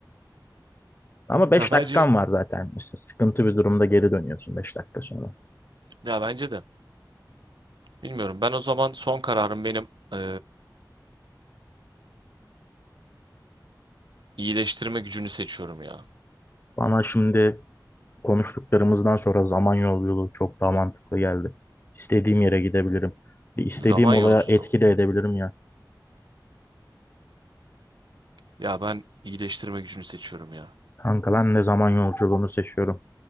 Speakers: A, on the left; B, on the right.
A: Ama 5
B: Ya bence
A: dakikan var zaten. İşte sıkıntı bir durumda geri dönüyorsun beş dakika sonra.
B: ya bence de bilmiyorum. Ben o zaman son kararım benim eee, iyileştirme gücünü seçiyorum ya.
A: Bana şimdi konuştuklarımızdan sonra Samanyolu yolu çok daha mantıklı geldi. İstediğim yere gidebilirim. Bir istediğim
B: Zaman
A: olaya
B: yolculuğu.
A: etki de edebilirim ya.
B: Ya ben iyileştirme gücünü seçiyorum ya.
A: Kanka lan ne zaman yolculuğunu seçiyorum.